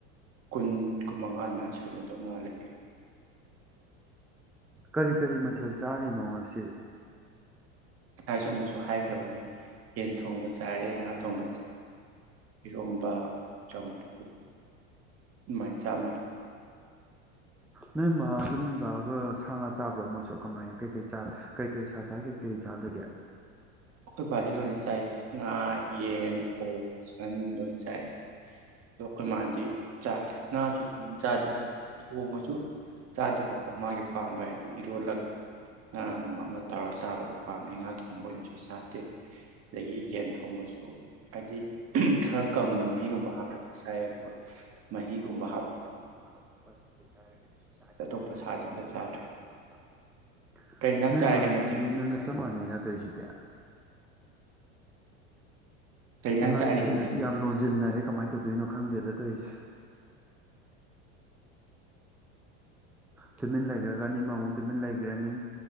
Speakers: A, on the right (about 40°); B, in the centre.
A: ꯀꯨꯟ ꯀꯨ ꯃꯉꯥ ꯑꯗꯨꯃꯥꯏꯅ ꯁꯨꯔꯝꯒꯗꯧ ꯃꯥꯜꯂꯦ꯫
B: ꯀꯔꯤ - ꯀꯔꯤ ꯃꯊꯦꯜ ꯆꯥꯔꯤꯅꯣ ꯉꯁꯤ?
A: ꯍꯥꯏꯁꯨ ꯑꯃꯨꯛꯁꯨ ꯍꯥꯏꯈ꯭ꯔꯕꯅꯤ ꯌꯦꯟ ꯊꯣꯡꯕ ꯆꯥꯔꯦ ꯉꯥ ꯊꯣꯡꯕ, ꯏꯔꯣꯝꯕ, ꯆꯝꯄꯨ ꯑꯗꯨꯃꯥꯏꯅ ꯆꯥꯃ
B: ꯅꯣꯏ ꯃꯥꯒ ꯅꯣꯏ ꯕꯥꯒ ꯁꯥ ꯉꯥ ꯆꯥꯕ꯭ꯔꯥ ꯃꯣꯏꯁꯨ ꯀꯃꯥꯏꯅ ꯀꯩꯀꯩ ꯀꯩꯀꯩ ꯁꯥ ꯆ ꯀꯩꯀꯩ ꯆꯥꯗꯒꯦ?
A: ꯑꯩꯈꯣꯏ ꯕꯥꯗꯤ ꯂꯣꯏꯅ ꯆꯥꯏꯌꯦ ꯉꯥ, ꯌꯦꯟ, ꯑꯣꯛ, ꯆꯤꯀꯟ ꯂꯣꯏꯅ ꯆꯥꯏꯌꯦ ꯑꯗꯣ ꯑꯩꯈꯣꯏ ꯃꯥꯗꯤ ꯆꯥꯗꯦ ꯉꯥꯁꯨ ꯐꯖꯅꯥ ꯆꯥꯗꯦ ꯊꯣꯡꯉꯁꯨ ꯆꯥꯗꯦꯕꯀꯣ ꯃꯥꯒꯤ ꯄꯥꯝꯕ ꯍꯥꯏꯗꯤ ꯏꯔꯣꯜꯂꯒ ꯉꯥꯒꯨꯝꯕ ꯑꯃ ꯇꯧꯔꯒ ꯆꯥꯕꯗ ꯄꯥꯝꯃꯦ ꯉꯥ ꯊꯣꯡꯕ ꯑꯣꯏꯅꯁꯨ ꯆꯗꯦ ꯑꯗꯒꯤ ꯌꯦꯟ ꯊꯣꯡꯕꯁꯨ ꯍꯥꯏꯗꯤ ꯈꯔ ꯀꯪꯅ ꯃꯍꯤꯒꯨꯝꯕ ꯍꯥꯞꯇꯔꯗꯤ ꯆꯥꯏ ꯑꯗꯨꯒ ꯃꯍꯤꯒꯨꯝꯕ ꯍꯥꯞ
B: <unintelligible>
A: ꯑꯇꯣꯞꯄ ꯁꯥꯗꯤ ꯑꯝꯇ ꯆꯥꯗ꯭ꯔꯦ ꯀꯩ ꯏꯟꯖꯥꯡ
B: ꯅꯣꯏ
A: ꯆꯥꯔꯒꯦ
B: ꯃꯁꯦ
A: ꯅꯪꯗꯤ
B: ꯉꯒꯥ ꯆꯞ ꯃꯅꯩꯅ ꯇꯩꯁꯤꯗꯤ꯫
A: ꯀꯩ ꯏꯟꯖꯥꯡ
B: ꯏꯕꯥꯅꯤꯁꯦ
A: ꯆꯥꯔꯒꯦ ꯅꯪꯗꯤ
B: ꯉꯁꯤ ꯌꯥꯝ ꯂꯣꯟ ꯖꯤꯟꯅꯔꯦ ꯀꯃꯥꯏꯅ ꯇꯧꯗꯣꯏꯅꯣ ꯈꯪꯗꯦꯗ ꯇꯧꯔꯤꯁꯦ꯫ ꯇꯨꯃꯤꯟ ꯂꯩꯈ꯭ꯔꯒ ꯑꯅꯤꯃꯛ ꯑꯃꯨꯛ ꯇꯨꯃꯤꯟ ꯂꯩꯈ꯭ꯔꯅꯤ